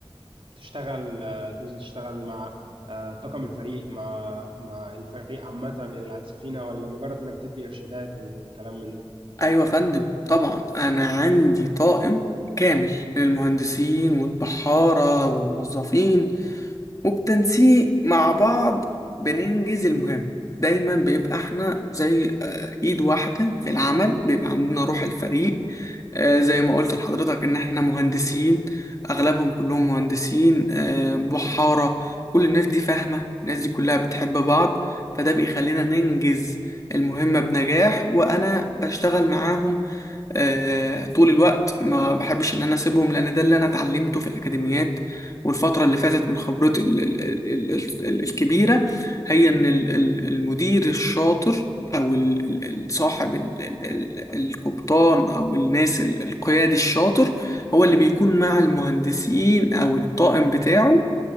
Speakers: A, on the right; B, on the left.
A: تشتغل تنزل تشتغل مع آه، طاقم الفريق مع مع الفريق عامة اللي على السفينة ولا مجرد إنك بتدي إرشادات وكلام من ده
B: أيوة يا فندم طبعا أنا عندي طاقم كامل للمهندسين والبحارة والموظفين وبتنسيق مع بعض بننجز المهمة دايما بيبقى احنا زي آه، ايد واحدة في العمل بيبقى عندنا روح الفريق آه، زي ما قلت لحضرتك ان احنا مهندسين اغلبهم كلهم مهندسين آه، بحارة كل الناس دي فاهمة الناس دي كلها بتحب بعض فده بيخلينا ننجز المهمة بنجاح وانا بشتغل معاهم آه، طول الوقت ما بحبش ان انا اسيبهم لان ده اللي انا اتعلمته في الاكاديميات والفتره اللي فاتت من خبرتي ال- ال- ال- ال- ال- الكبيره هي ان ال- ال- المدير الشاطر او ال- ال- ال- صاحب ال- ال- ال- القبطان او الناس ال- القيادي الشاطر هو اللي بيكون مع المهندسين او الطاقم بتاعه